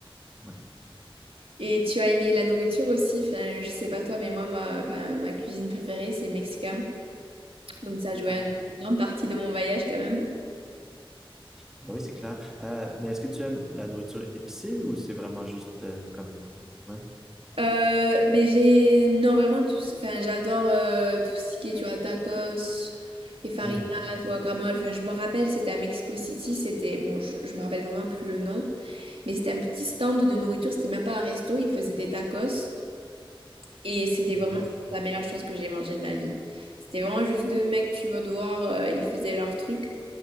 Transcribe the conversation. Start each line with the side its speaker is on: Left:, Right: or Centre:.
Centre: ouais.
Right: Et tu as aimé la nourriture aussi? Enfin, je sais pas toi, mais moi, ma, enfin, ma cuisine préférée, c'est le mexicain. Donc ça a joué
Centre: Euh,
Right: un- une grande partie de mon voyage quand même.
Centre: ben oui, c'est clair. Euh, mais est-ce que tu aimes la nourriture épicée ou c'est vraiment juste euh, comme... Ouais.
Right: Euh, ben j'ai... Non, vraiment, tout... ce- enfin, j'adore euh, tout ce qui est, tu vois, tacos, les faritas,
Centre: Hmm.
Right: guacamole. Enfin, je me rappelle, c'était à Mexico City, c'était... Bon, je, je me rappelle vraiment plus le nom, mais c'était un petit stand de nourriture, c'était même pas un resto, ils faisaient des tacos. Et c'était
Centre: Ouais.
Right: vraiment la meilleure chose que j'ai mangée de ma vie. C'était vraiment juste deux mecs, tu vas devoir euh, ils faisaient leur truc.